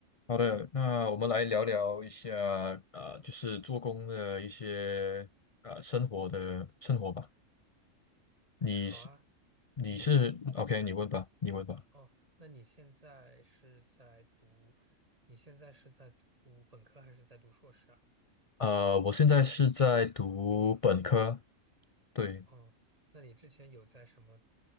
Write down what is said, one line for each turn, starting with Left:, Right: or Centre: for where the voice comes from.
Left: 好的，那我们来聊聊一下，呃，就是做工的一些呃生活的生活吧。你是
Right: 哎，好啊，
Left: 你是
Right: 你你
Left: OK，你问吧，你问吧。
Right: 哦，那你现在是在读，你现在是在读本科还是在读硕士啊？
Left: 呃，我现在是在读本科，对，
Right: 哦，那你之前有在什么